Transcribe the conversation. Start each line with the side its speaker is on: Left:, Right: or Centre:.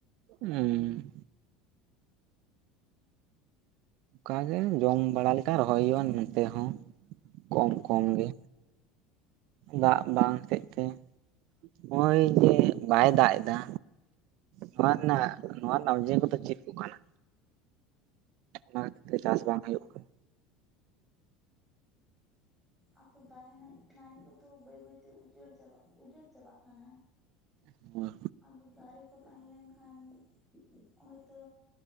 Right: ᱩᱸ ᱠᱟᱜᱮ ᱡᱚᱢ ᱵᱟᱲᱟ ᱞᱮᱠᱟ ᱨᱚᱦᱚᱭ ᱦᱩᱭᱩᱜᱼᱟ ᱱᱚᱛᱮ ᱦᱚᱸ ᱠᱚᱢ ᱠᱚᱢ
Centre: ᱦᱮᱸ
Right: ᱜᱮ᱾ ᱫᱟᱜ ᱵᱟᱝ ᱦᱚᱛᱮᱫ ᱛᱮ, ᱦᱚᱜᱼᱚᱭ ᱡᱮ ᱵᱟᱭ ᱫᱟᱜ ᱮᱫᱟ
Centre: ᱦᱮᱸ
Right: ᱱᱚᱣᱟ ᱨᱮᱱᱟᱜ ᱱᱚᱣᱟ ᱨᱮᱱᱟᱜ ᱚᱡᱮ ᱠᱚᱫᱚ ᱪᱮᱫ? ᱠᱚ ᱠᱟᱱᱟ ᱚᱱᱟ ᱠᱷᱟᱹᱛᱤᱨ ᱛᱮ ᱪᱟᱥ ᱵᱟᱝ ᱦᱩᱭᱩᱜ ᱠᱟᱱᱟ᱾
Centre: ᱟᱛᱚ ᱫᱟᱨᱮ ᱱᱟᱲ ᱱᱟᱹᱲᱤ ᱠᱚᱫᱚ ᱵᱟᱹᱭ ᱵᱟᱹᱭᱛᱮ ᱩᱪᱟᱹᱲ ᱪᱟᱵᱟᱜ ᱩᱡᱟᱹᱲ ᱪᱟᱵᱟᱜ ᱠᱟᱱᱟ᱾
Right: ᱠᱟᱱᱟ
Centre: ᱟᱫᱚ ᱫᱟᱨᱮ ᱠᱚ ᱛᱟᱦᱮᱸ ᱞᱮᱱᱠᱷᱟᱱ, ᱦᱚᱭᱛᱚ